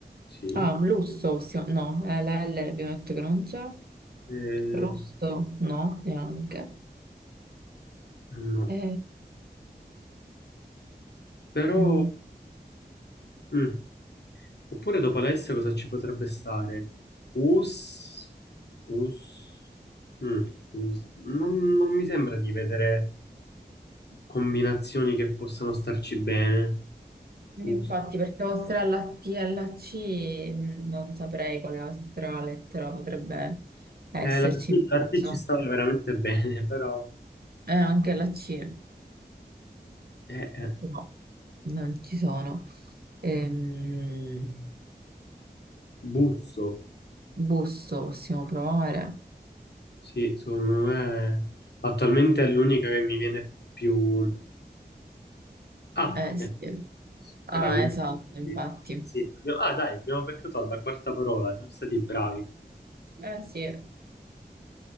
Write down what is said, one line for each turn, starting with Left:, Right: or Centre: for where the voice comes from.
Left: sì.
Right: ah, un lusso, possiamo- no, eh, la L abbiamo detto che non c'è,
Left: Eh,
Right: rosso no, neanche.
Left: no.
Right: E...
Left: Però,
Right: Mm,
Left: mm, oppure dopo Alessia cosa ci potrebbe stare? Us, Us, mm, Us. Non, non mi sembra di vedere combinazioni che possano starci bene.
Right: Infatti,
Left: Us.
Right: perché oltre alla T e alla C mm, non saprei quale altra lettera potrebbe esserci
Left: Eh, la, T,
Right: in mezzo.
Left: la T ci stava veramente bene, <laughs> però...
Right: E anche la C,
Left: eh, eh.
Right: però non ci sono. Ehm,
Left: Busso,
Right: busto possiamo provare.
Left: sì, secondo me attualmente è l'unica che mi viene più... Ah,
Right: Eh sì.
Left: ecco,
Right: Ah,
Left: era l'unico.
Right: esatto, infatti.
Left: Sì. abbiamo- Ah, dai, abbiamo beccato alla quarta parola, siamo stati bravi.
Right: Eh sì.